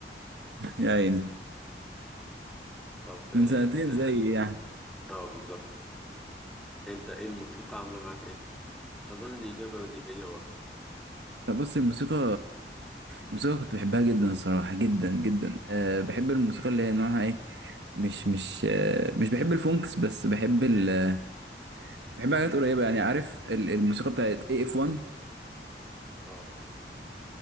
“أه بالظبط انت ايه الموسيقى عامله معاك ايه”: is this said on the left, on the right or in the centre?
Centre